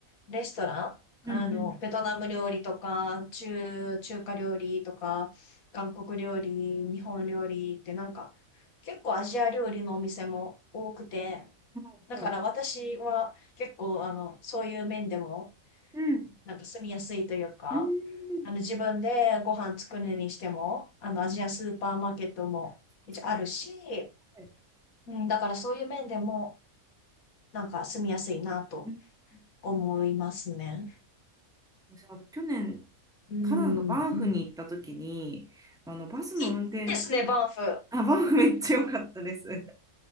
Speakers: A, on the left (about 80°); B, in the centre.
A: レストラン、
B: うんうん。
A: あの、ベトナム料理とか、中、中華料理とか、韓国料理、日本料理ってなんか結構アジア料理のお店も多くて、
B: はうほう
A: だから私は結構、あの、そういう面でも、
B: うん。
A: なんか住みやすいというか、
B: うーん。
A: あの、自分でご飯作るにしても、あの、アジアスーパーマーケットも一応あるし、
B: そっかそっか。はい。
A: うん、だからそういう面でも、なんか住みやすいなと
B: うん
A: 思いますね。
B: うんうん。私、あの、去年、
A: うん、
B: カナダのバンフに行った時に、
A: うん。
B: あの、バスの運転、
A: いいですね、バンフ。
B: あ、バンフめっちゃ良かったです。<laughs> で